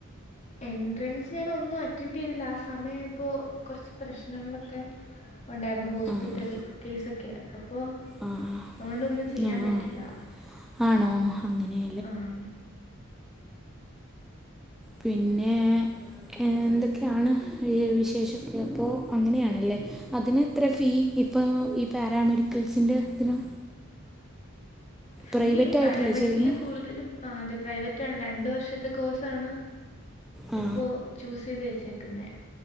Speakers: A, on the left; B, in the centre.
A: എൻട്രൻസ് ഞാൻ ഒന്നും അറ്റൻഡ് ചെയ്തില്ല ആ സമയം ആയപ്പോ കൊറച്ച് പ്രശ്നങ്ങളൊക്കെ ഉണ്ടായിരുന്നു ഹോസ്പിറ്റൽ
B: ആഹ്
A: കേസൊക്കെയാ അപ്പോ
B: ആഹ്
A: അതുകൊണ്ടൊന്നും ചെയ്യാൻ
B: ആഹ്
A: പറ്റിയില്ല
B: ആണോ അങ്ങനെ
A: ആഹ്
B: പിന്നെ ഏ എന്തൊക്കെയാണ് ഏ വിശേഷൊക്കേ അപ്പോ അങ്ങനെയാണല്ലേ അതിന് എത്ര ഫീ ഇപ്പൊ ഈ പാരാമെഡിക്കൽസിന്റെ ഇതിന്
A: ഫീ
B: പ്രൈവറ്റ്
A: പാരാമെഡിക്കലിൽ
B: ആയിട്ടല്ലേ ചേരുന്നത്
A: കൂടുതലും ആ അതെ പ്രൈവറ്റ്ആണ് രണ്ട് വർഷത്തെ കോഴ്സാണ്
B: ആ
A: ഇപ്പോ ചൂസ് ചെയ്ത് വച്ചേക്കുന്നേ